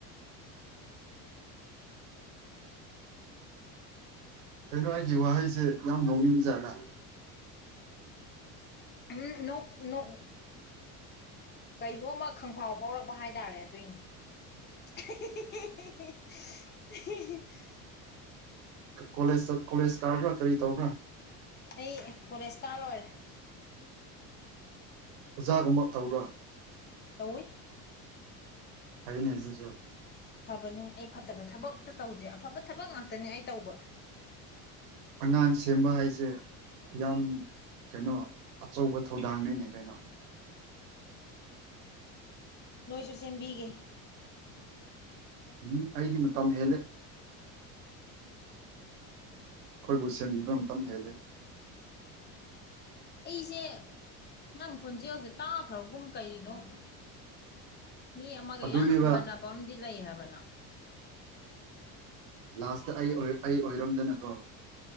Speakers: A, on the right; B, on the left.
A: ꯀꯩꯅꯣ ꯑꯩꯒꯤ ꯋꯥꯍꯩꯁꯦ ꯌꯥꯝ ꯅꯣꯡꯅꯤꯡ ꯖꯥꯠꯅ
B: ꯎꯝ ꯅꯣꯛ ꯅꯣꯛ ꯀꯩꯅꯣꯝꯃ ꯈꯪꯐꯥꯎ ꯐꯥꯎꯔꯛꯄ ꯍꯥꯏꯇꯥꯔꯦ ꯑꯗꯨꯏꯅꯦ <unintelligible>
A: ꯀꯣꯂꯦꯖ ꯀꯣꯂꯦꯖ ꯀꯥꯕ꯭ꯔꯥ ꯀꯔꯤ ꯇꯧꯕ꯭ꯔꯥ
B: ꯑꯩ ꯀꯣꯂꯦꯖ ꯀꯥ ꯂꯣꯏꯔꯦ
A: ꯑꯣꯖꯥꯒꯨꯝꯕ ꯇꯧꯕ꯭ꯔ
B: ꯇꯧꯋꯤ
A: ꯐꯩꯅꯦ ꯑꯗꯨꯨꯁꯨ
B: ꯐꯕꯅꯦ ꯑꯩ ꯐꯠꯇꯕ ꯊꯕꯛ ꯑꯝꯇ ꯇꯧꯗꯦ ꯑꯐꯕ ꯊꯕꯛ ꯉꯥꯛꯇꯅꯦ ꯑꯩ ꯇꯧꯕ
A: ꯑꯉꯥꯡ ꯁꯦꯝꯕ ꯍꯥꯏꯁꯦ ꯌꯥꯝ ꯀꯩꯅꯣ ꯑꯆꯧꯕ ꯊꯧꯗꯥꯡꯅꯤꯅꯦ ꯀꯩꯅꯣ
B: ꯅꯣꯏꯁꯨ ꯁꯦꯝꯕꯤꯒꯦ
A: ꯎꯝ ꯑꯩꯗꯤ ꯃꯇꯝ ꯍꯦꯜꯂꯦ ꯑꯩꯈꯣꯏꯕꯨ ꯁꯦꯝꯕꯤꯕ ꯃꯇꯝ ꯍꯦꯜꯂꯦ
B: ꯑꯩꯁꯦ ꯅꯪ ꯈꯣꯟꯖꯦꯜꯁꯦ ꯇꯥꯈ꯭ꯔꯕꯒꯨꯝ ꯀꯔꯤꯅꯣ ꯃꯤ ꯑꯃꯒ
A: ꯑꯗꯨꯅꯦꯕ
B: ꯌꯥꯝ ꯃꯥꯟꯅꯕ ꯑꯃꯗꯤ ꯂꯩ ꯍꯥꯏꯕ ꯅꯪ
A: ꯂꯥꯁꯇ ꯑꯩ ꯑꯩ ꯑꯣꯏꯔꯝꯗꯅꯀꯣ